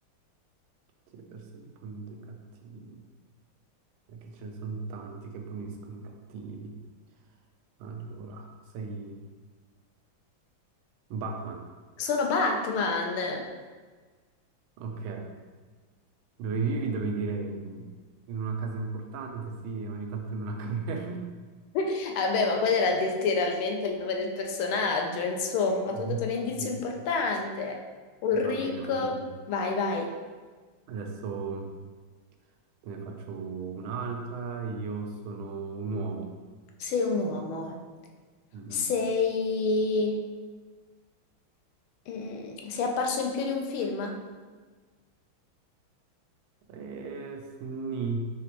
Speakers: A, on the right (about 80°); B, on the left (about 80°).
A: che le persone puniscono i cattivi, perché ce ne sono tanti che puniscono i cattivi. Allora, sei Batman,
B: Sono Batman!
A: ok, dove vivi? Dovevi dire mm, in una casa importante, sì, e ogni tanto in una <laughs> caverna.
B: <laughs> Vabbè, ma quello era a dirti realmente il nome del personaggio, insomma,
A: Mhm.
B: ti ho dato un indizio
A: Sì,
B: importante.
A: sì.
B: Un ricco...
A: Va bene, va bene.
B: Vai, vai.
A: Adesso te ne faccio un'altra. Io sono un uomo.
B: Sei un uomo.
A: Mhm.
B: Sei... mm, sei apparso in più di un film?
A: Eh, sni-